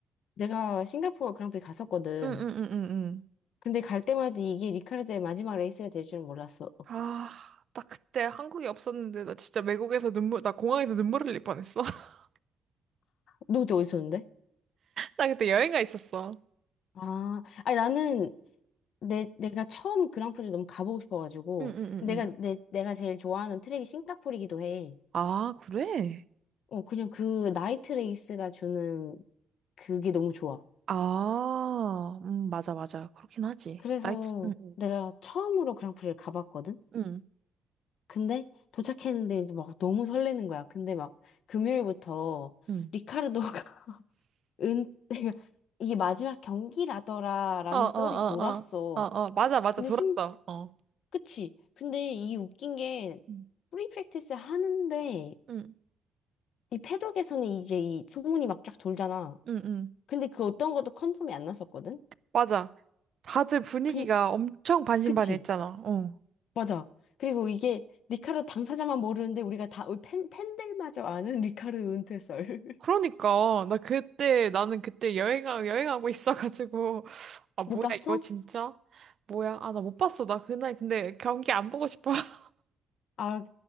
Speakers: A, on the left; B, on the right.
A: 내가 싱가포르 그랑프리 갔었거든.
B: 응, 응, 응, 응.
A: 근데 갈 때마다 이게 리카르도의 마지막 레이스가 될 줄은 몰랐어.
B: 아, 나 그때 한국에 없었는데 나 진짜 외국에서 눈물, 나 공항에서 눈물 흘릴 뻔했어. <laughs>
A: 너 그때 어디 있었는데?
B: 나 그때 여행가 있었어.
A: 아, 아니 나는 내 내가 처음 그랑프리를 너무 가보고 싶어가지고
B: 응응응응.
A: 내가 내 내가 제일 좋아하는 트랙이 싱가포르이기도 해.
B: 아, 그래?
A: 어, 그냥 그 나이트 레이스가 주는 그게 너무 좋아.
B: 아, 음, 맞아, 맞아. 그렇긴 하지.
A: 그래서
B: 나이트, 응, 응,
A: 내가 처음으로 그랑프리를 가봤거든.
B: 응,
A: 근데 도착했는데 이제 막 너무 설레는 거야. 근데 막 금요일부터
B: 응,
A: 리카르도가 <laughs> 은 내가 이게 마지막 경기라더라라는
B: 어, 어, 어,
A: 썰이 돌았어.
B: 어, 어, 어, 맞아, 맞아,
A: 근데
B: 돌았어.
A: 심
B: 어,
A: 그치? 근데 이 웃긴 게
B: 응,
A: 프리 프랙티스 하는데
B: 응,
A: 이 패독에서는 이제 이 소문이 막 쫙 돌잖아.
B: 응. 응.
A: 근데 그 어떤 것도 컨펌이 안 났었거든.
B: 맞아. 다들 분위기가
A: 근
B: 엄청 반신반의했잖아.
A: 그치?
B: 어.
A: 맞아. 그리고 이게 리카르도 당사자만 모르는데 우리가 다 우리 팬 팬들마저 아는 <laughs> 리카르도 은퇴 썰. <laughs>
B: 그러니까 나 그때 나는 그때 여행하 여행하고 있어가지고 <laughs> 아 뭐야
A: 못 봤어?
B: 이거 진짜 뭐야 아 나 못 봤어 나 그날 근데 경기 안 보고 싶어 <laughs>
A: 아,